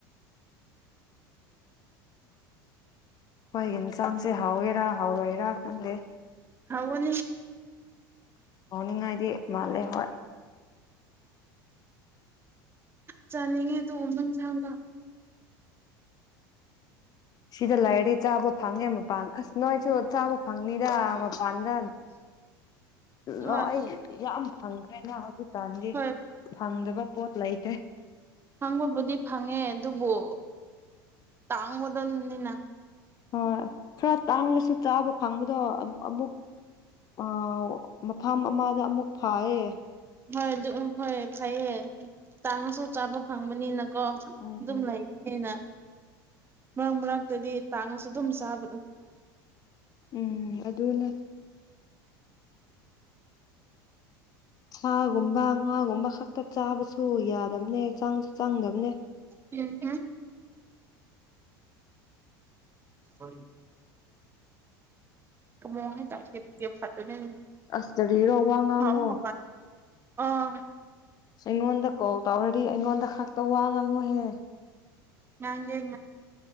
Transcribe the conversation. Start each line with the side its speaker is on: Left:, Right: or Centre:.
Left: ꯍꯣꯏ ꯌꯦꯟꯁꯥꯡꯁꯦ ꯍꯥꯎꯋꯦꯔꯥ ꯍꯥꯎꯔꯣꯏꯔꯥ ꯈꯪꯗꯦ
Right: ꯍꯥꯎꯅꯤ
Left: ꯑꯣꯅꯤꯡꯉꯥꯏꯗꯤ ꯃꯥꯂꯦ ꯍꯣꯏ
Right: ꯆꯅꯤꯒꯦ ꯇꯃꯟ ꯆꯒ
Left: ꯁꯤꯗ ꯂꯩꯔꯗꯤ ꯆꯥꯕ ꯐꯪꯉꯦ ꯃꯄꯥꯟ ꯑꯁ ꯅꯣꯏꯁꯨ ꯆꯥꯕ ꯐꯪꯅꯤꯗ ꯗ ꯂꯣꯏ
Right: ꯍꯣꯏ
Left: ꯌꯥꯝ ꯐꯪꯈ꯭ꯔꯦꯅ ꯍꯧꯖꯤꯛꯀꯥꯟꯗꯤ
Right: ꯍꯣꯏ
Left: ꯐꯪꯗꯕ ꯄꯣꯠ ꯂꯩꯇ꯭ꯔꯦ
Right: ꯍꯪꯕꯕꯨꯗꯤ ꯐꯪꯉꯦ ꯑꯗꯨꯕꯨ ꯇꯥꯡꯒꯗꯕꯅꯤꯅ
Left: ꯍꯣꯏ ꯈꯔ ꯇꯥꯡꯂꯁꯨ ꯆꯥꯕ ꯐꯪꯕꯗꯣ ꯑꯃꯨꯛ ꯑ ꯃꯐꯝ ꯑꯃꯗ ꯑꯃꯨꯛ ꯐꯥꯌꯦꯦ
Right: ꯍꯣꯏ ꯑꯗꯨ ꯎꯝ ꯍꯣꯏ ꯐꯩꯌꯦ ꯆꯥꯡꯉꯁꯨ ꯆꯥꯕ ꯐꯪꯕꯅꯤꯅ ꯀꯣ
Left: ꯎꯝ
Right: ꯑꯗꯨꯝ ꯂꯩꯕꯅꯤꯅ ꯃꯔꯛ ꯃꯔꯛꯇꯗꯤ ꯇꯥꯡꯉꯁꯨ ꯑꯗꯨꯝ ꯆꯥꯕ
Left: ꯎꯝ ꯑꯗꯨꯅꯦ ꯁꯥꯒꯨꯝꯕ ꯉꯥꯒꯨꯝꯕ ꯈꯛꯇ ꯆꯥꯕꯁꯨ ꯌꯥꯗꯗꯝꯅꯦ ꯆꯪꯁꯨ ꯆꯪꯗꯝꯕꯅꯦ
Right: ꯎꯝ ꯁꯅꯤ ꯃꯑꯣ ꯍꯥꯏ ꯇꯥꯏꯦꯦ ꯐꯇꯅꯦ
Left: ꯑꯁ ꯀꯔꯤꯔꯣ ꯋꯥ ꯉꯥꯡꯅꯣ
Right: ꯍ ꯍ ꯑ
Left: ꯑꯩꯉꯣꯟꯗ ꯀꯣꯜ ꯇꯧꯔꯗꯤ ꯑꯩꯉꯣꯟꯗ ꯈꯛꯇ ꯋꯥ ꯉꯥꯡꯉꯨꯍꯦ
Right: ꯅꯒꯦ